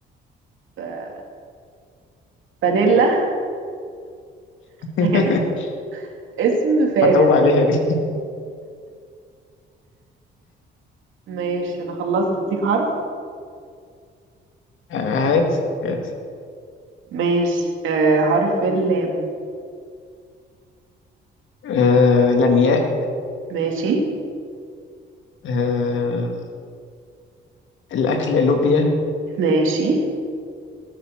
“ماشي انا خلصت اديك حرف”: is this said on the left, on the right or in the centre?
Right